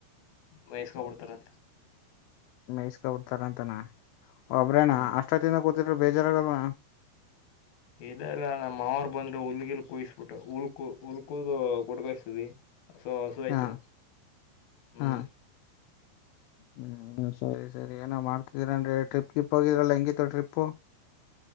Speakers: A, on the left; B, on the left.
A: ವಯಸ್ಕೊಬಿಡ್ತಾರಂತ
B: ಮೇಯಿಸ್ಕೊಬಿಡ್ತಾರ ಅಂತಾನ ಒಬ್ರೇನಾ
A: ಹ್ಮ್
B: ಅಷ್ಟೊತ್ತಿಂದ ಕೂ ತಿದಿರ್ ಬೇಜಾರಾಗಲ್ವ.
A: ಇಲ್ಲ ಇಲ್ಲ ನಮ್ಮ ಮಾವರು ಬಂದ್ರು ಹುಲ್ಗಿಲ್ ಕುಹಿಸ್ಬಿಟ್ಟು ಉಲ್ಕು ಉಲ್ಕೂದೂ ಕೋಟ್ಕಯ್ಸಿದವಿ. ಹಸು ಹಸು ಐತಲ್ಲ
B: ಹಾ
A: ಹ್ಮ್.
B: ಹಾ ಹ್ಮ್ ಸರಿ ಸರಿ ಏನೋ ಮಾಡ್ತಿದರನ್ರಿ ಟ್ರಿಪ್ ಗಿಪ್ಗೋಗಿದ್ರಲ್ಲಾ ಹೆಂಗಿತ್ತು ಟ್ರಿಪ್ಪು.